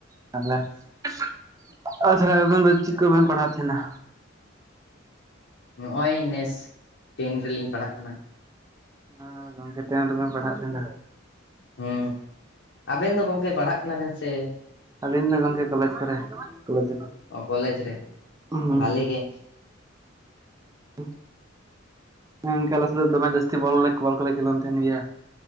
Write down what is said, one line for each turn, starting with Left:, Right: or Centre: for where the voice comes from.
Right: ᱛᱟᱦᱚᱞᱮ <unintelligible> ᱡᱷᱟᱲᱜᱨᱟᱢ ᱨᱮ ᱪᱮᱠᱟᱹᱵᱮᱱ ᱯᱟᱲᱦᱟᱜ ᱛᱟᱦᱮᱸᱱᱟ?
Left: ᱱᱚᱜᱼᱚᱭ ᱱᱮᱥ ᱴᱮᱱ ᱨᱮᱞᱤᱧ ᱯᱟᱲᱦᱟᱜ ᱠᱟᱱᱟ᱾
Right: ᱦᱮᱸ ᱜᱚᱝᱠᱮ ᱴᱮᱱ ᱨᱮᱵᱮᱱ ᱯᱟᱲᱦᱟᱜ ᱠᱟᱱᱫᱚ,
Left: ᱦᱩᱸ ᱟᱵᱮᱱ ᱫᱚ ᱜᱚᱝᱠᱮ ᱯᱟᱲᱦᱟᱜ ᱠᱟᱱᱟ ᱵᱮᱱ ᱥᱮ
Right: ᱟᱞᱤᱧ ᱢᱟ ᱜᱚᱝᱠᱮ ᱠᱚᱞᱮᱡᱽ ᱠᱚᱨᱮ, ᱠᱚᱞᱮᱡᱽ ᱨᱮ
Left: ᱚ ᱠᱚᱞᱡᱽ ᱨᱮ
Right: ᱦᱩᱸ
Left: ᱵᱷᱟᱞᱮ ᱜᱮ᱾
Right: ᱦᱮᱸ ᱜᱚᱝᱠᱮ ᱟᱞᱮᱥᱮᱜ ᱫᱚ ᱫᱚᱢᱮ ᱡᱟᱹᱥᱛᱤ ᱵᱚᱞ ᱦᱚᱞᱮ ᱵᱚᱞ ᱠᱚᱞᱮ ᱠᱷᱮᱞᱚᱱ ᱛᱟᱦᱮᱸᱱ ᱜᱮᱭᱟ᱾